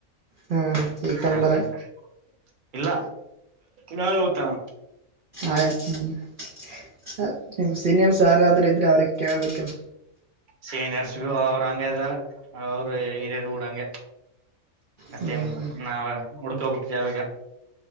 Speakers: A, on the right; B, on the right.
A: ಹಾ ಈಗ
B: ಹಾ
A: ತಂದಾರ
B: <unintelligible> ಇಲ್ಲ ನಾಳೆ ಹೋತಾನ.
A: ಆಯತ್ <unintelligible> ಯಾರಾದರು ಇದ್ರೆ ಅವ್ರಿಗ್ ಕೇಳ್ಬೇಕಲ್ಲ?
B: ಸೀನಿಯರ್ಸ್ಗು ಅವರು ಹಂಗ ಇದಾರ ಅವರು ಹಿರಿಯರು ಉಡಂಗೆ ಮತ್ತೇನಿಲ್ಲ
A: ಹ್ಮ್
B: ನಾವ್ ಹುಡ್ಕೊಂಬೇಕ್ ಇವಾಗ